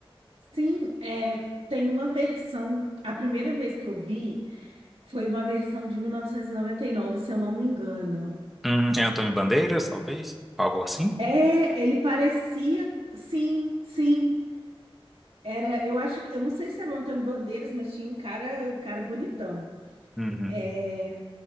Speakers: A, on the right; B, in the centre.
A: Sim, é, tem uma versão. A primeira vez que eu vi foi uma versão de 1999, se eu não me engano.
B: Hum, é Antônio Bandeiras, talvez? Algo assim?
A: É, ele parecia. Sim, sim. Era, eu acho que. Eu não sei se era o Antônio Bandeiras, mas tinha um cara, um cara bonitão.
B: Uhum.
A: É,